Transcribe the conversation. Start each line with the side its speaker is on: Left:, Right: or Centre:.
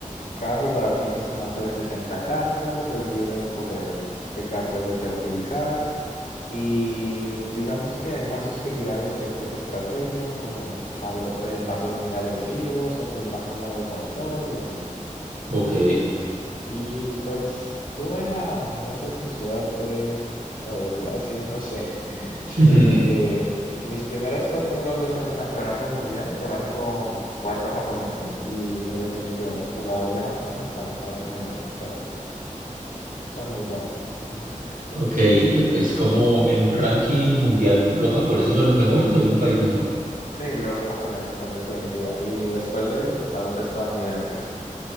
Left: Cada jugador tiene su mazo de 60 cartas, es libre de escoger qué cartas desea utilizar y digamos que hay mazos que giran en ciertas estrategias, como magro- eh, mazos muy agresivos, otros más como de control y así.
Right: Ok.
Left: Y pues tuve la, no sé si suerte o desgracia, no sé. <laughs>
Right: <laughs>
Left: Eh, mis primeras cuatro rondas en el campeonato mundial fueron con cuatro japoneses y en definitiva los jugadores de Japón están a otro nivel, o sea, son muy buenos. Ujú.
Right: Ok, es como en un ranking mundial, ¿los japoneses son los mejores o hay un país mejor?
Left: Sí, los japoneses en definitiva. Y después de ellos están los estadounidenses.